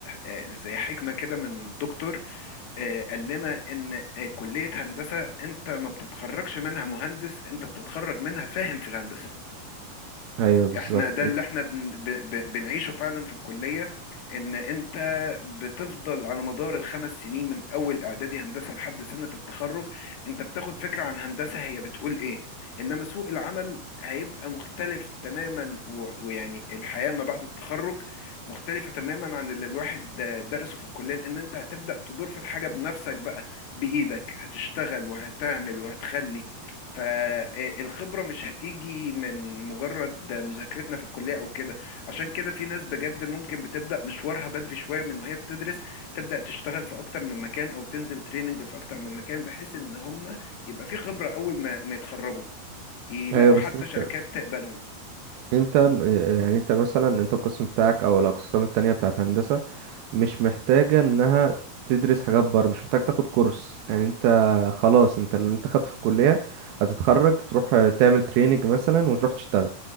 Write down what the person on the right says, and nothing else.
ايوه بالظبط
ايوه بس
انت
انت م- يعني انت مثلا انت القسم بتاعك او الاقسام التانية بتاعت هندسة مش محتاجة انها تدرس حاجات بره مش محتاج تاخد كورس يعني انت خلاص انت اللي انت خدت في الكلية هتتخرج تروح آه، تعمل تريننج مثلا وتروح تشتغل